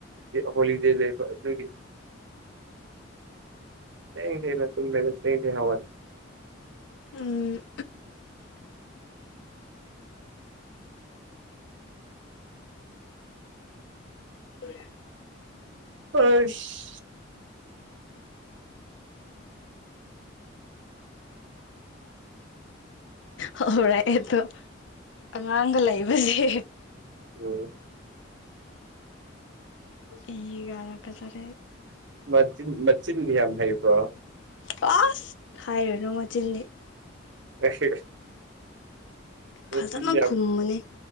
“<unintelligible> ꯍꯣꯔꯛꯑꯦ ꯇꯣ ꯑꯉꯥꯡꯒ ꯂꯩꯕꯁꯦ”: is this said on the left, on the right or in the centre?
Left